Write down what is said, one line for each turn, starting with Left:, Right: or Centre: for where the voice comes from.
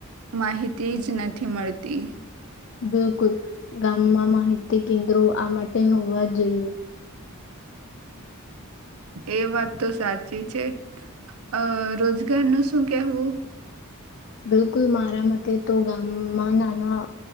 Right: માહિતી જ નથી મળતી.
Left: બિલકુલ ગામમાં માહિતી કેન્દ્રો આ માટે હોવા જોઈએ.
Right: એ વાત તો સાચી છે, અ રોજગાર ન શું કેહવું?
Left: બિલકુલ મારા મતે તો ગામમાં નાના